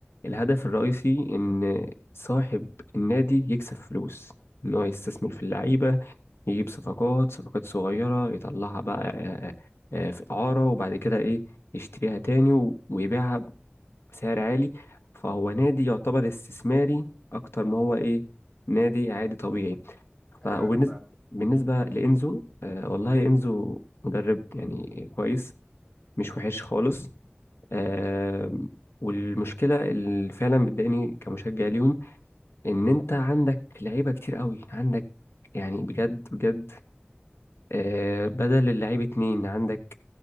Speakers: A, on the left; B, on the left.
A: الهدف الرئيسي إن صاحب النادي يكسب فلوس إن هو يستثمر في اللعيبة يجيب صفقات صفقات صغيرة يطلعها بقى آه، آه، آه، في إعارة وبعد كده إيه يشتريها تاني و- ويبيعها بسعر عالي فهو نادي يعتبر استثماري اكتر ما هو ايه نادي عادي طبيعي فبالنسبه
B: ايوه انا فاهم
A: بالنسبه لانزو آه والله انزو مدرب يعني كويس مش وحش خالص آه والمشكله اللي فعلا بتضايقني كمشجع ليهم ان انت عندك لعيبه كتير قوي عندك يعني بجد بجد آه بدل اللعيب اتنين عندك